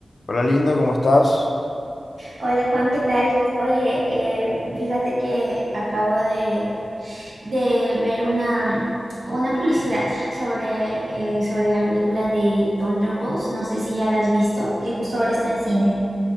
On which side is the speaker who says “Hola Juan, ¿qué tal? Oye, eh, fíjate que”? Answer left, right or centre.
Right